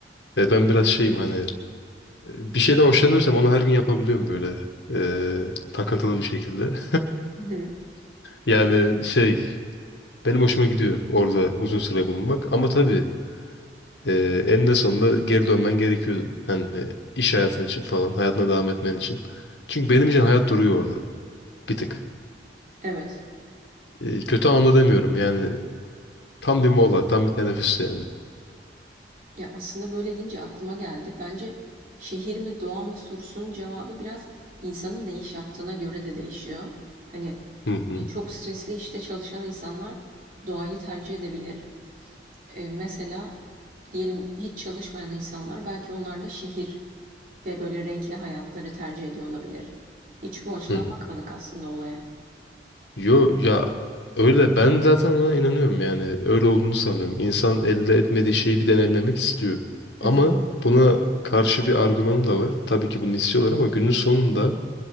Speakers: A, on the left; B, on the right.
A: E, ben biraz şeyim hani e, bir şeyden hoşlanıyorsam onu her gün yapabiliyorum böyle e, takıntılı bir şekilde. <laughs>
B: Hı hı.
A: Yani şey benim hoşuma gidiyor orada uzun süre bulunmak ama tabii e, eninde sonunda geri dönmen gerekiyor. Hani iş hayatın için falan hayatına devam etmen için. Çünkü benim için hayat duruyor orada bir tık.
B: Evet.
A: E, kötü anlamda demiyorum yani tam bir mola tam bir teneffüs yani.
B: Ya aslında böyle deyince aklıma geldi. Bence şehir mi doğa mı sorusunun cevabı biraz insanın ne iş yaptığına göre de değişiyor. Hani
A: Hı hı.
B: e, çok stresli işte çalışan insanlar doğayı tercih edebilir. E, mesela diyelim hiç çalışmayan insanlar belki onlar da şehir ve böyle renkli hayatları tercih ediyor olabilir. Hiç bu açıdan
A: Hı hı.
B: bakmadık aslında olaya.
A: Yo ya öyle ben zaten ona inanıyorum yani öyle olduğunu sanıyorum. İnsan elde etmediği şeyi bir deneyimlemek istiyor.
B: Hı
A: Ama
B: hı.
A: buna karşı bir argümanım da var. Tabii ki bunu istiyorlar ama günün sonunda